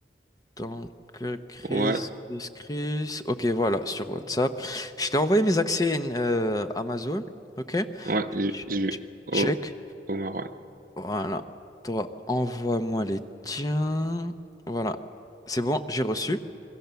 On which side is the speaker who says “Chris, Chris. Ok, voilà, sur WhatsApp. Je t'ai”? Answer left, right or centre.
Left